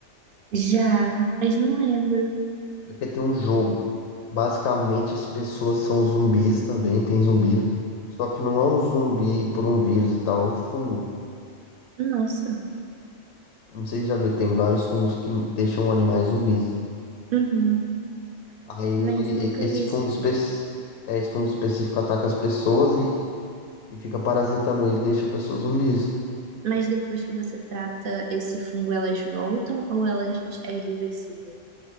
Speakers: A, on the right; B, on the left.
A: Já, mas não lembro.
B: Porque tem um jogo. Basicamente as pessoas são zumbis também, tem zumbis. Só que não é um zumbi por um vírus e tal, é um fungo.
A: Nossa.
B: Não sei se já viu, tem vários fungos que deixam animais zumbis.
A: Uhum.
B: Aí ele,
A: Mas
B: e-
A: nunca
B: esse
A: vi esse
B: fungo espe-
A: filme.
B: é, esse fungo específico ataca as pessoas e, e fica parasitando ele, deixa pessoas zumbis.
A: Mas depois que você trata esse fungo, elas voltam ou elas é irreversível?